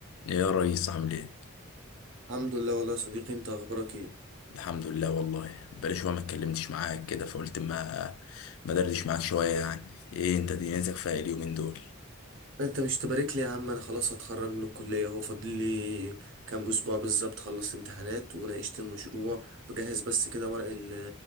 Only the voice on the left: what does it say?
يا ريس عامل ايه
الحمد لله والله بقالي شويه ما اتكلمتش معاك كده فقلت ما ما دردش معاك شويه يعني ايه انت دنيتك فيها إيه اليومين دول